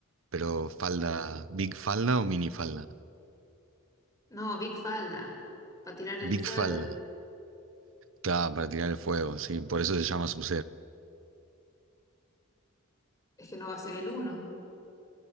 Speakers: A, on the right; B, on the left.
A: Pero falda, ¿big falda o mini falda?
B: No, Big falda. Para tirar el
A: Big
B: fuego.
A: falda. Claro, para tirar el fuego, sí, por eso se llama sub
B: Es que no va a ser el uno.